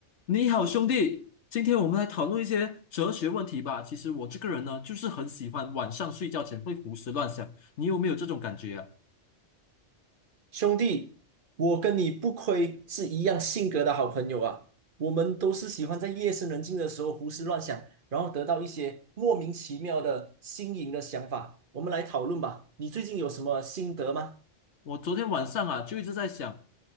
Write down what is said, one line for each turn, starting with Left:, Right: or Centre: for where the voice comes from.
Left: 你好，兄弟，今天我们来讨论一些哲学问题吧。其实我这个人呢，就是很喜欢晚上睡觉前会胡思乱想。你有没有这种感觉啊？
Right: 兄弟，我跟你不亏是一样性格的好朋友啊！我们都是喜欢在夜深人静的时候胡思乱想，然后得到一些莫名其妙的新颖的想法。我们来讨论吧，你最近有什么心得吗？
Left: 我昨天晚上啊，就一直在想，